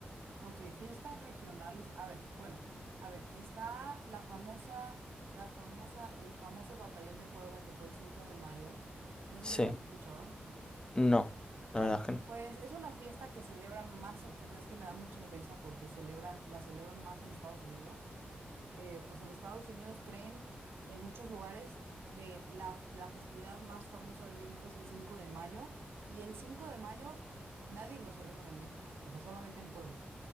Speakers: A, on the right; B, on the left.
A: Ok, fiestas regionales. A ver, bueno, a ver, está la famosa, la famosa, el famoso Batallón de Puebla que fue el 5 de mayo. No sé
B: Sí,
A: si lo has escuchado.
B: no,
A: Bueno,
B: la verdad es que no.
A: pues es una fiesta que celebran más, en- o sea, es que me da mucha risa porque celebran, la celebran más en Estados Unidos. Eh, o sea, en Estados Unidos creen en muchos lugares que la, la festividad más famosa de México es el 5 de mayo y el 5 de mayo nadie lo celebra en México, o sea, solamente en Puebla.